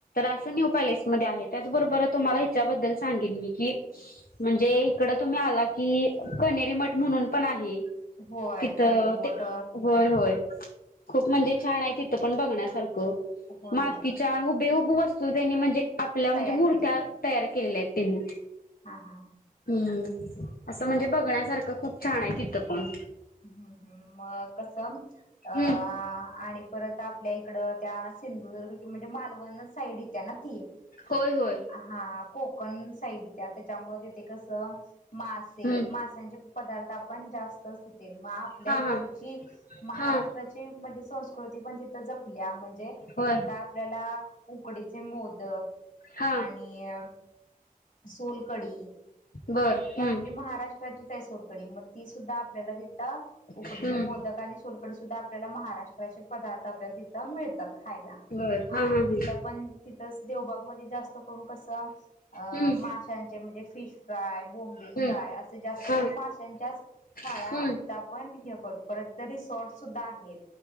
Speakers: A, on the left; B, on the left.
A: असं न्यू पॅलेस मध्ये आहे त्याच्याबरोबर तुम्हाला याच्याबद्दल सांगीन मी की म्हणजे इकडंत तुम्ही आला की कनेरी मठ म्हणून पण आहे.
B: होय
A: तिथं
B: कनेरी
A: ते
B: मठ
A: होय होय. खूप म्हणजे छान आहे तिथं पण बघण्यासारखं
B: होय
A: मातीच्या
B: होय
A: हुबे हुबे वस्तू त्यांनी म्हणजे आपल्या म्हणजे
B: तयार
A: मूर्त्या
B: केलेले आहेत
A: तयार केल्याल्यात त्यांनी.
B: हा हा.
A: ह्म्म असं म्हणजे बघण्यासारखं खूप छाने तिथं पण.
B: हम्म हम्म म कसं अ
A: हम्म.
B: आणि परत आपल्या इकड त्या सिंधुदुर्ग कि म्हणजे मालवण साईड येत्या ना ती.
A: होय होय
B: हा कोकण साईड येते आता त्यामुळे तीथे कस मासे
A: हम्म
B: माशचे पदार्थ पण जास्तच तथे मग आपल्या
A: हा
B: इकडची
A: हा
B: महाराष्ट्राची
A: हा
B: म्हणजे संस्कृती पण तिथे जपल्या म्हणजे
A: होय
B: तिथं आपल्याला उकडीचे मोदक
A: हा
B: आणि सोलकडी.
A: बर हम्म
B: ही आपली महाराष्ट्राचीचे सोलकडी म ती सुद्धा आपल्याला तीथ उकडीचे
A: हम्म
B: मोदक आणि सोलकडी सुद्धा आपल्याला महाराष्ट्राचे पदार्थ आपल्याला तीथ मिळतात खायला.
A: बर हा
B: आणि
A: हा
B: तिथं
A: ह
B: पण तिथंच देवबाग मध्ये जास्त करून कसं अ
A: हम्म
B: माशांचे म्ह णजे फिश. बोंबील
A: हम्म
B: फ्राय असे जास्त
A: हा
B: करून माशच्याच थाळ्या
A: हम्म
B: तिथ आपण हे करू परत कधीच रिसॉर्ट सुद्धा आहेत